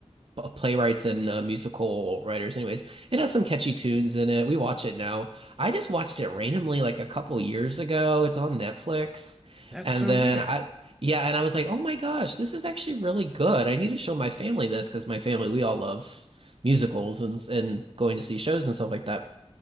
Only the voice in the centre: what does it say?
That's
so
weird.